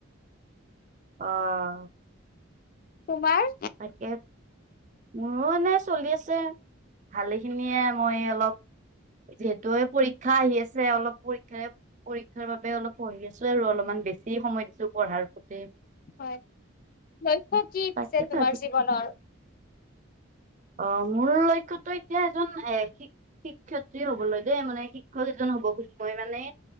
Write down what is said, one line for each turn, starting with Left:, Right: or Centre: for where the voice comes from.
Right: অ'।
Left: তোমাৰ?
Right: তাকে, মোৰো এনে চলি আছে, ভালেখিনিয়ে মই অলপ। যিহেতু এই পৰীক্ষা আহি আছে, অলপ পৰীক্ষাৰে পৰীক্ষাৰ বাবে অলপ পঢ়ি আছোঁ আৰু অলপমান বেছি সময় দিছোঁ পঢ়াৰ প্ৰতি।
Left: হয় লক্ষ্য কি
Right: তাকে
Left: পিছে তোমাৰ
Right: ভাবি
Left: জীৱনৰ?
Right: অ', মোৰ লক্ষ্যটো এতিয়া এজন এ শিক শিক্ষয়িত্ৰী হ'বলৈ দেই, মানে শিক্ষক এজন হ'ব খুজো মই মানে।